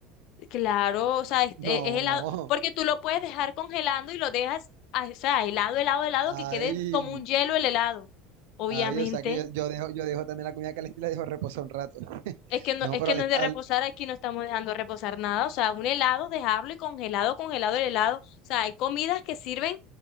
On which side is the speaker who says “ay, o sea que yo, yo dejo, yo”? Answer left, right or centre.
Right